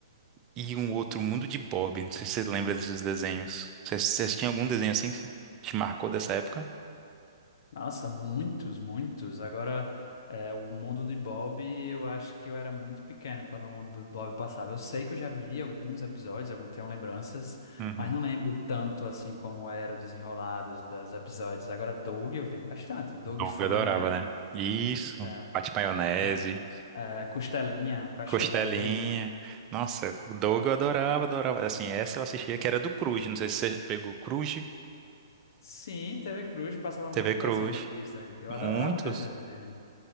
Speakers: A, on the right; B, on the left.
A: e um outro Mundo de Bob. Não sei se você lembra desses desenhos. Você você tinha algum desenho assim que te marcou dessa época?
B: Nossa, muitos, muitos. Agora, é, o mundo de Bob, eu acho que eu era muito pequeno quando o mundo de Bob passava. Eu sei que eu já vi alguns episódios, algum, tenho lembranças,
A: Uhum.
B: mas não lembro tanto assim como era o desenrolar dos, dos episódios. Agora, Doug eu vi bastante. Doug
A: Doug,
B: Funny,
A: eu adorava,
B: né?
A: né? Isso.
B: É,
A: Pate Maionese.
B: yeah. É, Costelinha, o cachorro
A: Costelinha.
B: dele, né?
A: Nossa, o Doug eu adorava, adorava. Assim, essa eu assistia que era do Cruz. Não sei se você pegou Cruz,
B: Sim, TV Cruz passava
A: TV
B: muito
A: Cruz.
B: desenho da Disney. Eu
A: Muitos.
B: adorava os desenhos da Disney.